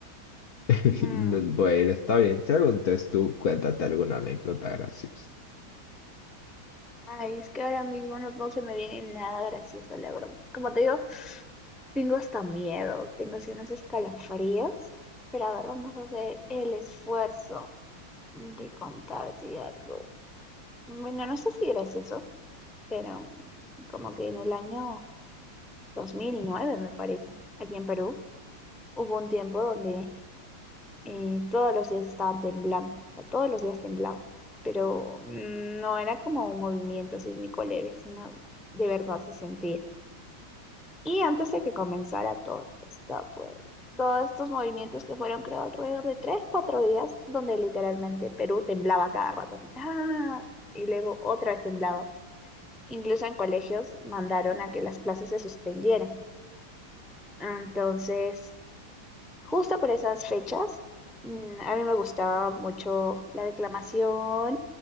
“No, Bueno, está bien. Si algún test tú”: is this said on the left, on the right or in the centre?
Left